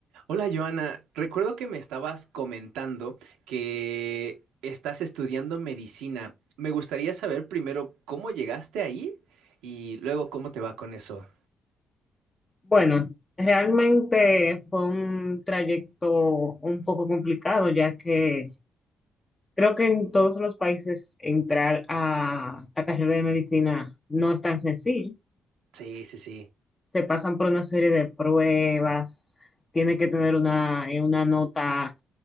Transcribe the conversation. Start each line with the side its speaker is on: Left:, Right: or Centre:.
Right: Hola Joana, recuerdo que me estabas comentando que estás estudiando medicina. Me gustaría saber primero cómo llegaste ahí y luego cómo te va con eso.
Left: Bueno, realmente fue un trayecto un poco complicado, ya que creo que en todos los países entrar a la carrera de medicina no es tan sencillo.
Right: Sí, sí, sí.
Left: Se pasan por una serie de pruebas, tiene que tener una, eh, una nota